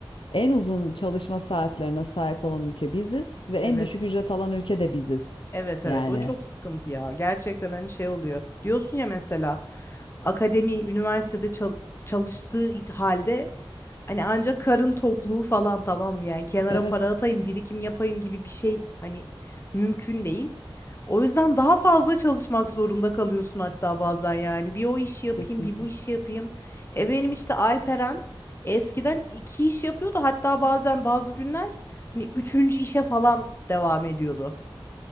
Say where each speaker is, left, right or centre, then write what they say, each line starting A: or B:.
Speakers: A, on the left (about 65°); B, on the left (about 25°).
A: en uzun çalışma saatlerine sahip olan ülke biziz ve en
B: Evet.
A: düşük ücret alan ülke de biziz.
B: Evet evet
A: Yani
B: o çok sıkıntı ya. Gerçekten hani şey oluyor. Diyorsun ya mesela akademi üniversitede çal- çalıştığı it- halde hani ancak karın tokluğu falan tamam mı? Yani kenara
A: evet,
B: para atayım, birikim yapayım gibi bir şey hani mümkün değil. O yüzden daha fazla çalışmak zorunda kalıyorsun hatta bazen yani. Bir o işi yapayım,
A: kesinlikle.
B: bir bu işi yapayım. E benim işte Alperen eskiden iki iş yapıyordu. Hatta bazen bazı günler hani üçüncü işe falan devam ediyordu.